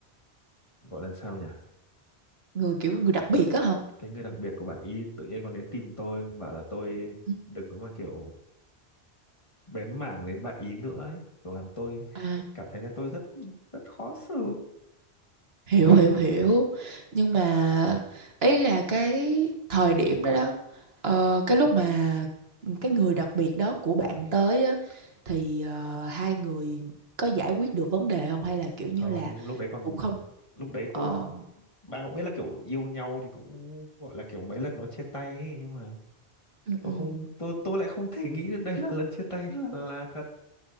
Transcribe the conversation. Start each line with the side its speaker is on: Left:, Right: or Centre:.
Left: gọi là sao nhỉ
Right: người kiểu người đặc biệt á hả
Left: cái người đặc biệt của bạn ý tự nhiên còn đến tìm tôi bảo là tôi
Right: Ừ.
Left: đừng có mà kiểu bén mảng đến bạn ý nữa ấy kiểu làm tôi
Right: À.
Left: cảm thấy là tôi rất rất khó xử
Right: hiểu hiểu hiểu nhưng mà ý là cái thời điểm đó đó ờ, cái lúc mà cái người đặc biệt đó của bạn tới á, thì ờ, hai người có giải quyết được vấn đề không hay là kiểu như
Left: không
Right: là
Left: lúc đấy còn
Right: cũng không
Left: lúc đấy
Right: ờ,
Left: tôi bạn cũng biết là kiểu yêu nhau thì cũng gọi là kiểu mấy lần nó chia tay ấy nhưng mà
Right: ừ,
Left: tôi
Right: ừ.
Left: không tôi tôi lại không thể nghĩ được đây là lần chia tay là là thật